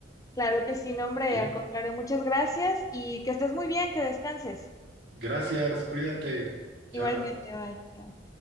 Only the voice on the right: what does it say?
¿Sí?
Gracias, cuídate. Chao.